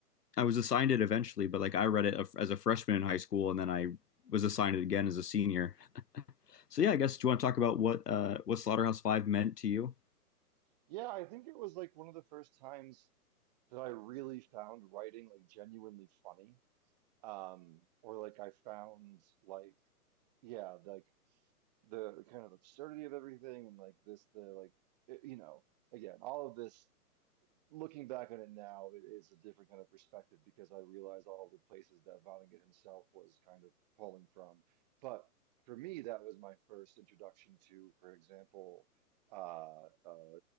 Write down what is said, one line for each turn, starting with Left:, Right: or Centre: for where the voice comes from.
Left: I was assigned it eventually, but like I read it as a freshman in high school, and then I was assigned it again as a senior. <laughs> so yeah, I guess do you want to talk about what uh, what Slaughterhouse Five meant to you?
Right: yeah, I think it was like one of the first times that I really found writing like genuinely funny. Um or like I found like yeah, like the, the kind of absurdity of everything and like this the like it- you know again all of this looking back on it now, it is a different kind of perspective because I realize all the places that Vonnegut himself was kind of pulling from. But for me, that was my first introduction to, for example, uh, uh,